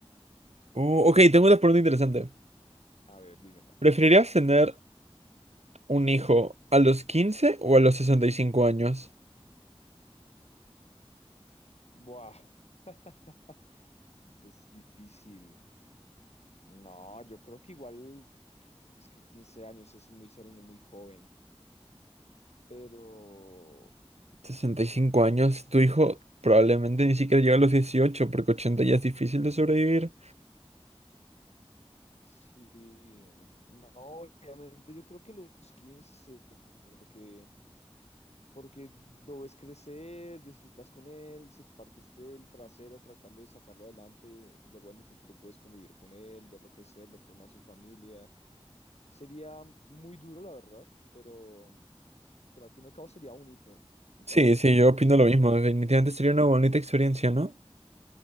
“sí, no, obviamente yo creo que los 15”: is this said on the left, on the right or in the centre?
Left